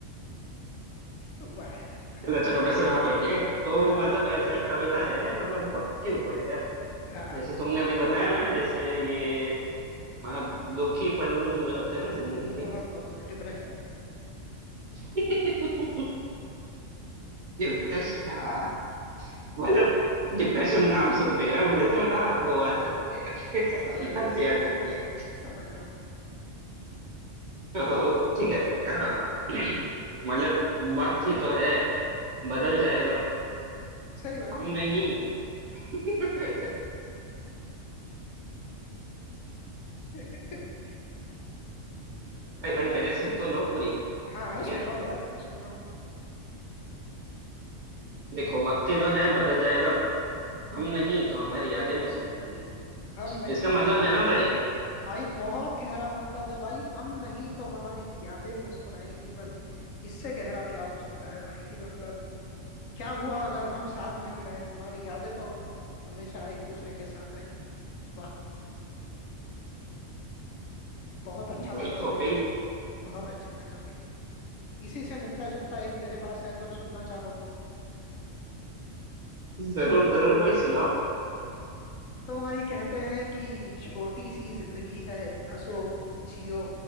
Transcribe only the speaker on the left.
वाह यार
हाँ
हाँ
बहुत बहुत डिप्रेशन भाई
समझ रहा
हूँ भाई
समझ रहा हूँ
सही बात
है
भाई
<laughs>
भाई
हाँ हाँ
सुन
रहा हूँ यार मैं सुन रहा हूँ
हम नहीं
तो हमारी
भाई बहुत गहरा मतलब है भाई हम नहीं तो हमारी यादें मुस्कुराएंगी भाई इससे गहरा क्या हो सकता है भाई कि मतलब क्या हुआ अगर हम साथ नहीं रहे हमारी यादें तो हमेशा एक दूसरे के साथ रहेंगी वाह बहुत अच्छा
लगा
भाई
मुझे बहुत अच्छा लगा भाई इसी से मिलता जुलता एक मेरे पास है अगर सुनना चाहो तो
तो भाई कहते हैं कि छोटी सी जिंदगी है हंसो जियो